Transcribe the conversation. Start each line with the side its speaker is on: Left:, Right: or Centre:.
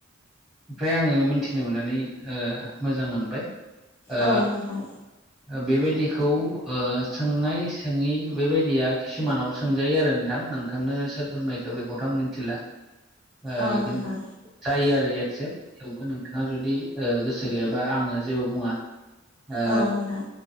Centre: ओमफ्राय आङो मिथिनो मोननानै ओ मोजां मोनबाय ओ
Left: औ नोंथां
Centre: ओ बेबायदिखौ ओ सोंनाय सोङि बेबायदिया किसुमानाव सोंजायो आरो नोंथां नोंथांनो सोर फोरमायखो बेखौथ' आं मिथिला ओ
Left: औ
Centre: खिन
Left: नोंथां
Centre: जायो आरो एक्सेप्ट थेवबो नोंथाङा जुदि ओ गोसो गैयाबा आङो जेबो बुङा ओ
Left: औ नोंथां